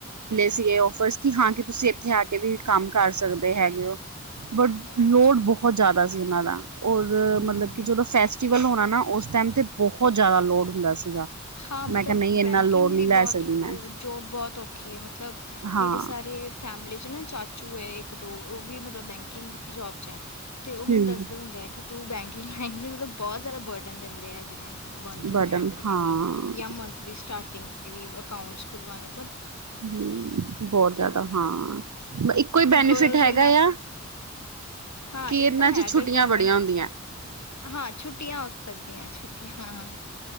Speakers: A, on the right (about 75°); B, on the left (about 70°).
A: ਸੀਗੇ ਔਫਰਸ ਕਿ, ਹਾਂ ਕਿ ਤੁਸੀਂ ਇੱਥੇ ਆ ਕੇ ਵੀ ਕੰਮ ਕਰ ਸਕਦੇ ਹੈਗੇ ਹੋ, ਬਟ ਲੋੜ
B: ਅੱਛਾ
A: ਬਹੁਤ ਜ਼ਿਆਦਾ ਸੀ ਉਹਨਾਂ ਦਾ, ਔਰ
B: ਹੂੰ
A: ਮਤਲਬ ਕਿ ਜਦੋਂ 'ਫੈਸਟੀਵਲ ਹੋਣਾ ਨਾ, ਉਸ ਟਾਈਮ ਤੇ ਬਹੁਤ ਜ਼ਿਆਦਾ ਲੋੜ ਹੁੰਦਾ ਸੀ। ਸੀਗਾ
B: ਹਾਂ। ਮਤਲਬ
A: ਮੈਂ ਕਿਹਾ ਨਹੀਂ ਇੰਨਾ
B: ਬੈਂਕਿੰਗ
A: ਲੋਡ ਨਹੀਂ
B: ਦੀ ਬਹੁਤ
A: ਲੈ ਸਕਦੀ ਮੈਂ
B: ਜੋਬ ਬਹੁਤ ਔਖੀ ਹੈ, ਮਤਲਬ ਮਤਲਬ
A: ਹਾਂ
B: 'ਮੇਰੀ ਸਾਰੀ ਫੈਮਿਲੀ'ਚ ਨਾ, ਚਾ ਚ, ਓ ਇੱਕ-ਦੋ ਉਹ ਵੀ ਮਤਲਬ ਬੈਂਕਿੰਗ ਦੀ ਜੋਬ'ਚ ਹੈ। ਅਤੇ, ਉਹ ਮੈਨੂੰ
A: ਹੂੰ
B: ਦੱਸਦੇ ਹੁੰਦੇ ਹੈ, ਕਿ ਤੂੰ ਬੈਂਕਿੰਗ ਲ ਮਤਲਬ ਬਹੁਤ ਜ਼ਿਆਦਾ ਬਰਡਨ ਦਿੰਦੇ ਆ ਜਿਵੇਂ ਮੰਥ
A: ਬਟਨ
B: ਦੀ ਐਂਡ
A: ਹਾਂ।
B: 'ਤੇ ਵੀ ਜਾਂ ਮੰਥ ਦੀ ਸਟਾਰਟਿੰਗ ਤੇ ਵੀ ਅ <unintelligible> ਵਾਲੇ
A: ਹੂੰ, ਬਹੁਤ ਜ਼ਿਆਦਾ
B: ਹੁੰਦਾ
A: ਹਾਂ ਇੱਕੋ ਹੀ
B: ਅਤੇ
A: ਬੈਨੀਫਿਟ
B: ਗਰਲਜ਼
A: ਹੈਗਾ
B: ਇੰਨਾ
A: ਆ
B: ਹਾਂ
A: ਕਿ
B: ਇਹ
A: ਇਹਨਾਂ
B: ਤਾਂ
A: ਚ
B: ਹੈ ਅਗਰ
A: ਛੁੱਟੀਆਂ
B: ਗੌਰਮੈਂਟ
A: ਬੜੀਆਂ ਹੁੰਦੀਆਂ।
B: ਹਾਂ ਛੁੱਟੀਆਂ ਹੋ ਸਕਦੀਆਂ ਚ, ਛੁੱਟੀਆਂ ਹਾ,